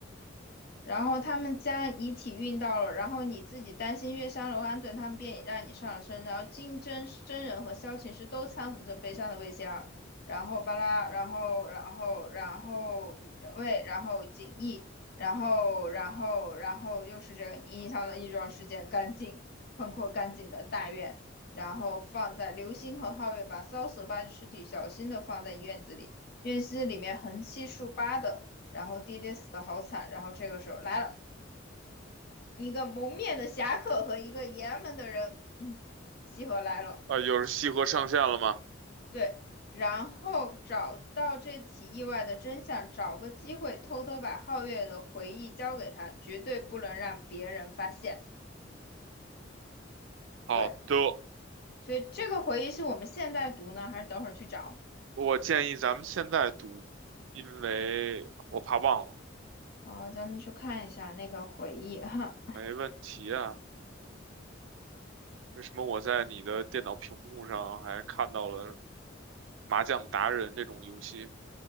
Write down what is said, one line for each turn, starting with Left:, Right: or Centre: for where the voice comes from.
Left: 然后他们将遗体运到了，然后你自己担心月伤楼安顿，他们便已让你上了身。然后金针真人和萧琴师都搀扶着悲伤的魏仙儿，然后巴拉，然后然后然后宇仁卫，然后景逸，然后然后然后又是这个你印象的一桩事件，干净宽阔干净的大院，然后放在流星和皓月把骚的八具尸体小心的放在院子里，院子里面横七竖八的。然后爹爹死的好惨，然后这个时候来了一个蒙面的侠客和一个爷们的人，<clears throat> 嗯，西河来了，
Right: 啊，又是西河上线了吗？
Left: 对，然后找到这起意外的真相，找个机会偷偷把皓月的回忆交给他，绝对不能让别人发现，
Right: 好的，
Left: 对，所以这个回忆是我们现在读呢，还是等会儿去找？
Right: 我建议咱们现在读，因为我怕忘了。
Left: 好，咱们去看一下那个回忆哈，
Right: 没问题啊。为什么我在你的电脑屏幕上还看到了《麻将达人》这种游戏？